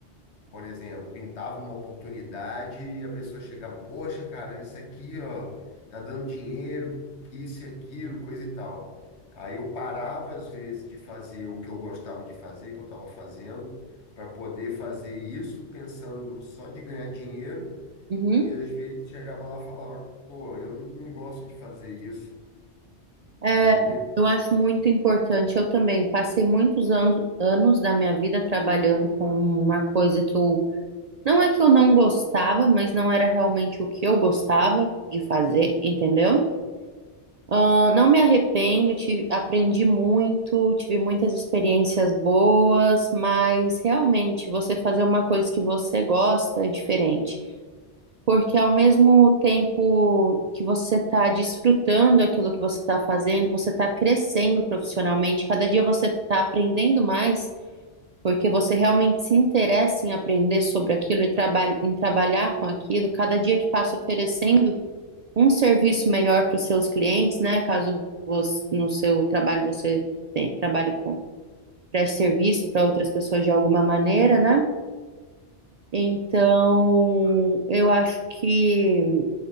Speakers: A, on the left; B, on the right.
A: Por exemplo, pintava uma oportunidade e a pessoa chegava, poxa, cara, isso aqui, ó, tá dando dinheiro, que isso e aquilo, coisa e tal. Aí eu parava, às vezes, de fazer o que eu gostava de fazer, que eu estava fazendo, para poder fazer isso pensando só de ganhar dinheiro,
B: uhum.
A: e às vezes chegava lá e falava, pô, eu não não gosto de fazer isso,
B: É,
A: entendeu?
B: eu acho muito importante. Eu também passei muitos anos, anos da minha vida trabalhando com uma coisa que eu. Não é que eu não gostava, mas não era realmente o que eu gostava de fazer, entendeu? Ah, não me arrependo, tive- aprendi muito, tive muitas experiências boas, mas realmente você fazer uma coisa que você gosta é diferente. Porque ao mesmo tempo que você está desfrutando aquilo que você está fazendo, você está crescendo profissionalmente. Cada dia você está aprendendo mais, porque você realmente se interessa em aprender sobre aquilo e traba- em trabalhar com aquilo. Cada dia que passa oferecendo um serviço melhor para os seus clientes, né? Caso você, no seu trabalho você tem, trabalhe com preste serviço para outras pessoas de alguma maneira, né? Então, eu acho que